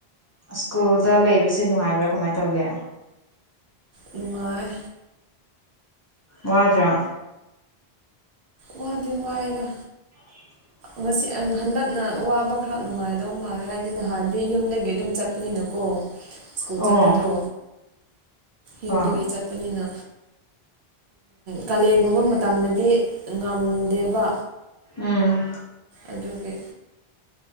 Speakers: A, on the left; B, on the right.
A: ꯁ꯭ꯀꯨꯜꯗ ꯂꯩꯕꯁꯤ ꯅꯨꯡꯉꯥꯏꯕ꯭ꯔꯥ ꯀꯃꯥꯏ ꯇꯧꯒꯦ
B: ꯅꯨꯡꯉꯥꯏ
A: ꯋꯥꯗ꯭ꯔꯥ
B: ꯋꯥꯗꯤ ꯋꯥꯏꯗꯥ
A: <unintelligible>
B: ꯉꯁꯤ ꯍꯟꯗꯛꯅ ꯋꯥꯕ ꯈꯔ ꯅꯨꯡꯉꯥꯏꯗꯧ ꯃꯥꯜꯂꯦ ꯍꯥꯏꯗꯤ ꯅꯍꯥꯟꯗꯤ ꯌꯨꯝꯗꯒꯤ ꯑꯗꯨꯝ ꯆꯥꯠ ꯄꯅꯤꯅꯀꯣ ꯁ꯭ꯀꯨꯜ
A: ꯑꯣ
B: ꯆꯠꯄꯗꯣ
A: ꯍꯣꯏ
B: ꯌꯨꯝꯗꯒꯤ ꯆꯠ ꯄꯅꯤꯅ ꯀꯥꯂꯦꯟꯒꯨꯝꯕ ꯃꯇꯝꯗꯗꯤ ꯉꯝꯗꯦꯕ
A: ꯎꯝ
B: ꯑꯗꯨꯒꯤ